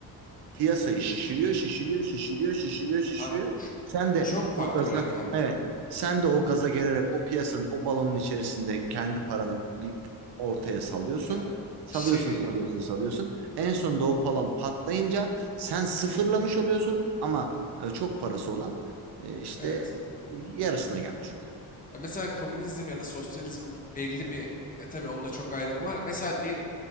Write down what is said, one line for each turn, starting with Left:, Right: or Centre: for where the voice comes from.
Right: piyasayı şişiriyor, şişiriyor, şişiriyor, şişiriyor, şişiriyor.
Left: Abi ç-
Right: Sen de
Left: çok farklı
Right: o gaza
Left: bir rekabet
Right: evet
Left: oluyor.
Right: sen de o gaza gelerek o piyasanın o balonun içerisinde kendi paranı bir ortaya salıyorsun.
Left: Ya
Right: Salıyorsun,
Left: şey diyeyim.
Right: salıyorsun, salıyorsun. En sonunda o balon patlayınca sen sıfırlamış oluyorsun ama e, çok parası olan e, işte
Left: Evet.
Right: yarısına gelmiş oluyor.
Left: Ya mesela komünizm ya da sosyalizmin belli bir ya tabii onunla çok ayrılma var. Mesela diyelim